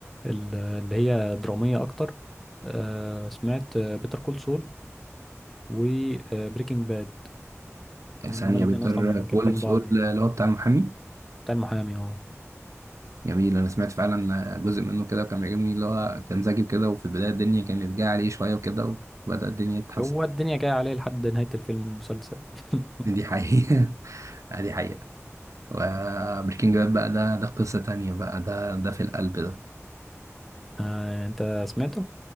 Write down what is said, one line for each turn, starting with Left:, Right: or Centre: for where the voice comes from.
Centre: ال- اللي هي دراميه اكتر آه، سمعت بيتر كول سول وبريكنج باد
Right: ثانية
Centre: يعني هما الاتنين
Right: بيضطر
Centre: اصلا مكملين
Right: كول سول
Centre: بعض يعني
Right: اللي هو بتاع المحامي
Centre: بتاع المحامي اه
Right: جميل أنا سمعت فعلا جزء منه كده وكان بيعجبني اللي هو كان ذكي كده وفي البداية الدنيا كانت جاية عليه شوية وكده وبدأ الدنيا تتحسن
Centre: هو الدنيا جايه عليه لحد نهايه الفيلم المسلسل <laughs>
Right: دي حقيقة <laughs> دي حقيقة وبريكنج باد بقى ده ده قصة تانية بقى ده ده في القلب ده
Centre: آه انت سمعته